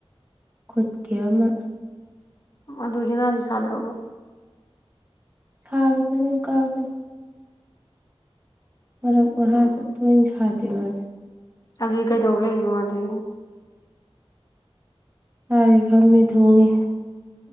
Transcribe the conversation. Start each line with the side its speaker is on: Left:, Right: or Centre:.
Right: ꯈꯨꯠ ꯀꯤ ꯑꯃ
Left: ꯑꯗꯨ ꯍꯤꯅꯥꯗꯤ ꯁꯥꯗ꯭ꯔꯥꯕꯣ
Right: ꯁꯥꯔꯤꯕꯅꯦꯡ ꯀꯥꯕꯅꯦ ꯃꯔꯛ ꯃꯍꯥꯗ
Left: ꯎꯝ
Right: ꯇꯣꯏꯅ ꯁꯥꯗꯦ ꯃꯥꯗꯤ
Left: ꯑꯗꯨꯗꯤ ꯀꯩꯗꯧꯔ ꯂꯩꯔꯤꯕ ꯃꯥꯗꯤ
Right: ꯇꯥꯔꯤ ꯐꯝꯃꯤ ꯊꯣꯡꯉꯤ